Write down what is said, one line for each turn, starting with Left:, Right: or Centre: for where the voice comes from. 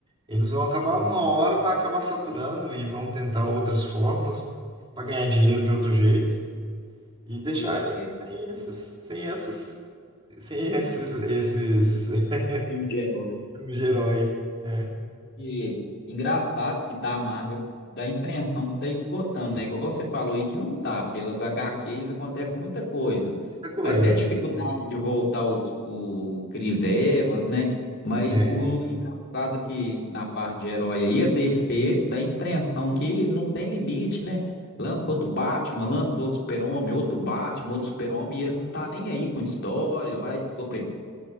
Right: Eles vão acabar, uma hora vai acabar saturando e vão tentar outras fórmulas para ganhar dinheiro de outro jeito e deixar
Left: Pois
Right: a
Left: é,
Right: gente sem esses, sem essas, sem esses, esses <laughs>
Left: filme de herói.
Right: filmes de herói. É,
Left: E engraçado que da Marvel dá a impressão que tá esgotando, né? Igual você falou aí que não tá. Pelas HQs acontece muita coisa.
Right: muita coisa.
Left: Mas até dificuldade de voltar os, o Chris Evans, né? Mas
Right: É.
Left: o engraçado que na parte de herói aí, a DC dá a impressão que não tem limite, né? Lança outro Batman, lança outro Super-Homem, outro Batman, outro Super-Homem, e eles não tá nem aí com história, vai sobre.